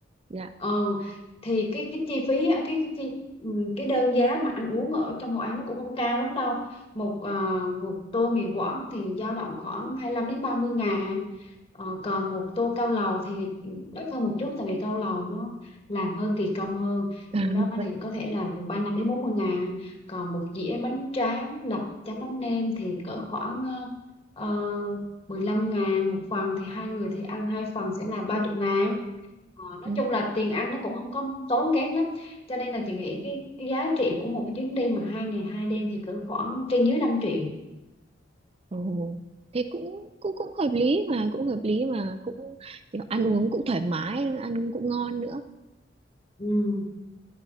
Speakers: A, on the right (about 30°); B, on the left (about 30°).
A: dạ
B: ừ thì cái cái chi phí á, cái cái chi ừm, cái đơn giá mà ăn uống ở trong Hội An nó cũng không cao lắm đâu một ờ, một tô mì Quảng thì dao động khoảng hai lăm đến ba mươi ngàn Ờ, còn một tô cao lầu thì đắt hơn một chút tại vì cao lầu nó làm hơi kỳ công hơn
A: <laughs>
B: do đó thì có thể là từ ba lăm đến bốn mươi ngàn còn một dĩa bánh tráng đập chấm mắm nêm thì cỡ khoảng uh, 15 ngàn một phần thì hai người thì ăn hai phần sẽ là 30 ngàn Ờ, nói
A: ừ.
B: chung là tiền ăn nó cũng không có tốn kém lắm cho nên là chị nghĩ cái, cái giá trị của một cái chuyến đi mà hai ngày hai đêm thì cỡ khoảng trên dưới năm triệu
A: Ồ, thế cũng cũng cũng hợp lý mà cũng hợp lý mà cũng kiểu ăn
B: ừ,
A: uống cũng thoải mái ăn cũng ngon nữa
B: ừ.